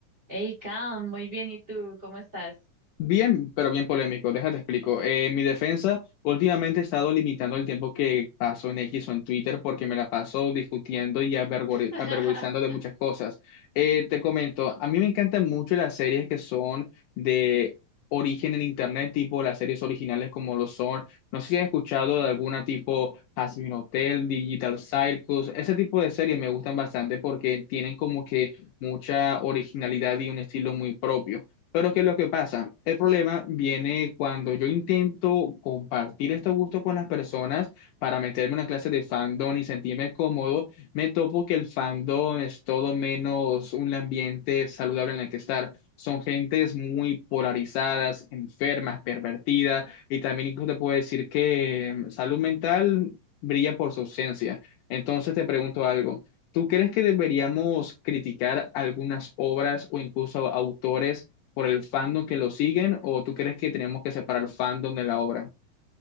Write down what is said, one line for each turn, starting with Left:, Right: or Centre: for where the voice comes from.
Right: Hey, Cam, muy bien. ¿Y tú? ¿Cómo estás?
Left: Bien, pero bien polémico, déjate explico. Eh, mi defensa, últimamente he estado limitando el tiempo que paso en X o en Twitter porque me la paso discutiendo y avergori-
Right: <laughs>
Left: avergonzando de muchas cosas. Eh, te comento, a mí me encantan mucho las series que son de origen en Internet, tipo las series originales como lo son. No sé si has escuchado de alguna tipo Hazbin Hotel, Digital Circus, ese tipo de series me gustan bastante porque tienen como que mucha originalidad y un estilo muy propio. Pero ¿qué es lo que pasa? El problema viene cuando yo intento compartir estos gustos con las personas para meterme en una clase de fandom y sentirme cómodo, me topo que el fandom es todo menos un ambiente saludable en el que estar. Son gentes muy polarizadas, enfermas, pervertidas y también incluso te puedo decir que eh, salud mental brilla por su ausencia. Entonces te pregunto algo. ¿Tú crees que deberíamos criticar algunas obras o incluso autores? por el fandom que lo siguen o tú crees que tenemos que separar el fandom de la obra?